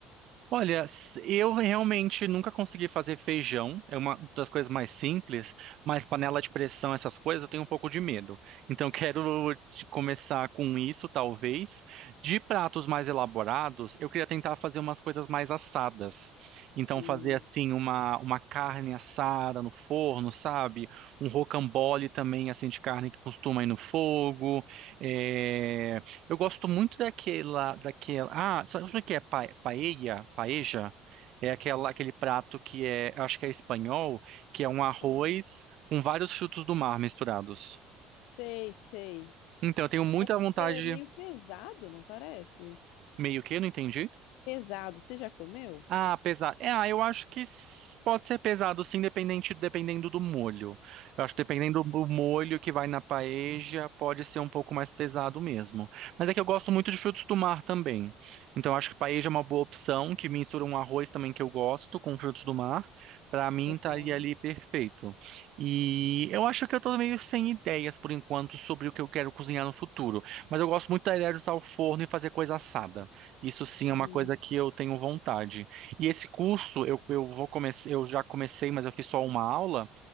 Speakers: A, on the right; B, on the left.
A: Olha, s- eu realmente nunca consegui fazer feijão, é uma das coisas mais simples, mas panela de pressão, essas coisas, eu tenho um pouco de medo. Então, quero te- começar com isso, talvez. De pratos mais elaborados, eu queria tentar fazer umas coisas mais assadas. Então,
B: Sim.
A: fazer assim, uma, uma carne assada no forno, sabe? Um rocambole também, assim, de carne que costuma ir no fogo. eh, eu gosto muito daquela, daquela. Ah, sabe o que é pa, paella? Paeja? É aquela, aquele prato que é, acho que é espanhol, que é um arroz
B: Ah,
A: com vários frutos do mar misturados.
B: sei, sei.
A: Então, eu tenho muita
B: Parece
A: vontade,
B: ser meio pesado, não parece?
A: meio que, não entendi.
B: Pesado. Você já comeu?
A: Ah, pesado. É, ah, eu acho que s- pode ser pesado, sim, dependente, dependendo do molho. Eu acho que dependendo do molho que vai na paeja, pode ser um pouco mais pesado mesmo. Mas é que eu gosto muito de frutos do mar também. Então, eu acho que paeja é uma boa opção, que mistura um arroz também que eu gosto com frutos do mar. Pra mim,
B: Legal.
A: estaria ali perfeito. E eu acho que eu tô meio sem ideias, por enquanto, sobre o que eu quero cozinhar no futuro. Mas eu gosto muito da ideia de usar o forno e fazer coisa assada. Isso sim
B: Sim.
A: é uma coisa que eu tenho vontade. E esse curso eu, eu vou começar, eu já comecei, mas eu fiz só uma aula.